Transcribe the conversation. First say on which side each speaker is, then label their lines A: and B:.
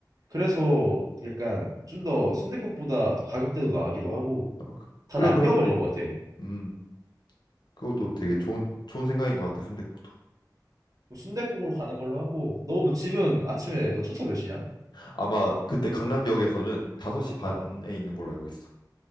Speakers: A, on the right; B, on the left.
A: 그래서 약간 좀 더 순댓국보다 더 가격대도 나가기도 하고
B: 어, 그-
A: 다
B: 그래,
A: 남겨버릴
B: 그럼 뭐,
A: 것 같아.
B: 음, 그것도 되게 좋은 좋은 생각인 것 같아. 순댓국도.
A: 순댓국으로 가는 걸로 하고 너 뭐 집은 아침에 너 첫차 몇 시냐?
B: 아마 그때 강남역에서는 5시 반에
A: 어.
B: 있는 걸로 알고 있어.